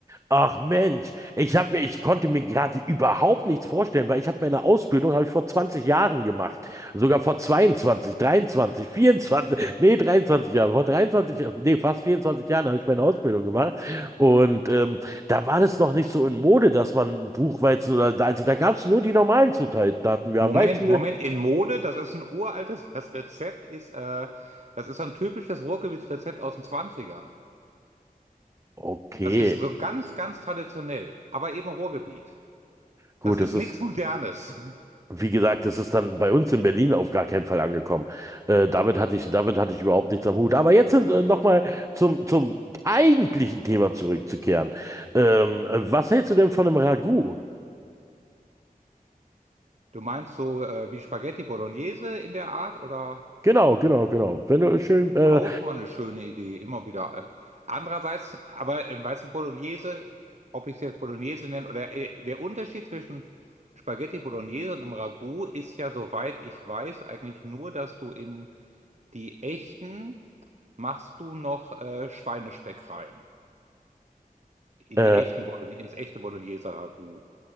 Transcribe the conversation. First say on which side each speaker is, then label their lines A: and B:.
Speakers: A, on the right; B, on the right.
A: Ach Mensch, ich hab mir, ich konnte mir gerade überhaupt nichts vorstellen, weil ich habe meine Ausbildung habe ich vor 20 Jahren gemacht, sogar vor 22, 23, 24, nee 23 Jahren, vor 23, äh, nee fast 24 Jahren habe ich meine Ausbildung gemacht und ähm, da war das noch nicht so in Mode, dass man Buchweizen oder also da gab es nur die normalen Zutaten. Wir
B: Moment,
A: haben Weizenmehl.
B: Moment, in Mode, das ist ein uraltes, das Rezept ist, äh, das ist so ein typisches Ruhrgebietsrezept aus den Zwanzigern.
A: Okay,
B: Das ist so ganz, ganz traditionell, aber eben Ruhrgebiet.
A: gut,
B: Das ist
A: das ist
B: nichts Modernes.
A: Wie gesagt, das ist dann bei uns in Berlin auf gar keinen Fall angekommen. Äh, damit hatte ich, damit hatte ich überhaupt nichts am Hut. Aber jetzt äh, nochmal zum, zum eigentlichen Thema zurückzukehren. Ähm, äh, was hältst du denn von einem Ragout?
B: Du meinst so äh, wie Spaghetti Bolognese in der Art oder
A: Genau, genau, genau. Wenn du schön, äh,
B: auch mal eine schöne Idee, immer wieder. äh. Andererseits, aber äh, weißt du, Bolognese, ob ich es jetzt Bolognese nenne oder äh, der Unterschied zwischen Spaghetti Bolognese und einem Ragout ist ja, soweit ich weiß, eigentlich nur, dass du in Die echten machst du noch äh, Schweinespeck rein. In
A: äh,
B: die echten Bologn ins echte Bologneser Ragout.